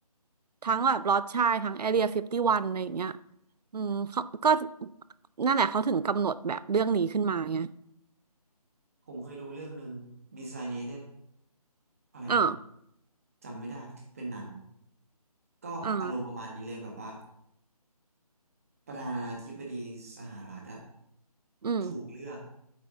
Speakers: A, on the right; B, on the right.
A: ทั้งแบบลอตชายทั้งแอเรียฟิฟตี้วันอะไรอย่างเงี้ยอืมเขาก็นั่นแหละเขาถึงกำหนดแบบเรื่องนี้ขึ้นมาไง
B: ผมเคยดูเรื่องหนึ่ง Designated อะไรวะ
A: อ่า
B: จำไม่ได้ละเป็นหนังก็อารมณ์ประมาณนี้เลยแบบว่า
A: อ่า
B: ประธานาธิบดีสหรัฐอะ
A: อืม
B: ถูกเลือก